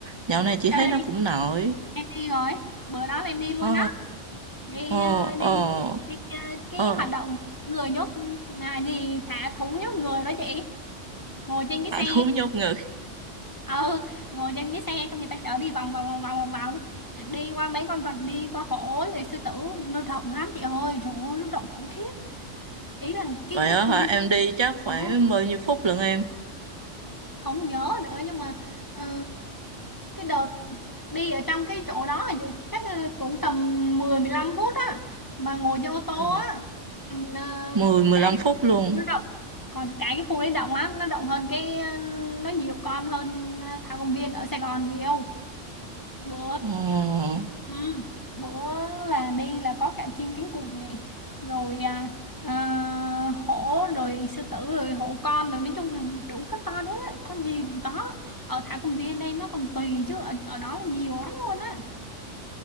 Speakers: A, on the right; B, on the left.
A: dạo này chị
B: sau
A: thấy
B: đây
A: nó cũng nổi
B: em đi rồi bữa đó là em đi luôn
A: ờ
B: đó đi
A: ờ
B: ờ, đi
A: ờ
B: đi ờ, cái
A: ờ
B: hoạt động người nhốt là gì thả thú nhốt người đó chị ngồi trên cái
A: à,
B: xe
A: thú nhốt ngực
B: ừ ngồi trên cái xe xong người ta chở đi vòng vòng vòng vòng vòng vòng đi qua mấy con vật đi qua hổ rồi sư tử nó rộng lắm chị ơi trời ơi nó rộng khủng khiếp ý là cái
A: vậy
B: cái
A: đó
B: khu
A: hả
B: đi
A: em đi chắc khoảng
B: Ồ,
A: bao nhiêu phút lận em
B: không nhớ nữa nhưng mà ờ, cái đợt đi ở trong cái chỗ đó là gì chắc là cũng tầm mười mười lăm phút á mà ngồi trên ô tô
A: ờ
B: á còn uh,
A: mười mười
B: cái
A: lăm
B: cái
A: phút luôn
B: khu đấy thì nó rộng còn cái cái khu đấy rộng lắm nó rộng hơn cái ờ, nó nhiều con hơn ờ, thảo công viên ở Sài Gòn nhiều bữa
A: ờ
B: Ừ, bữa là đi là có cả chim cánh cụt nè rồi à, à, hổ rồi sư tử rồi hổ con rồi nói chung là đủ các con hết á con gì cũng có ở thảo cầm viên đây nó còn tùy chứ ở, ở đó là nhiều lắm luôn á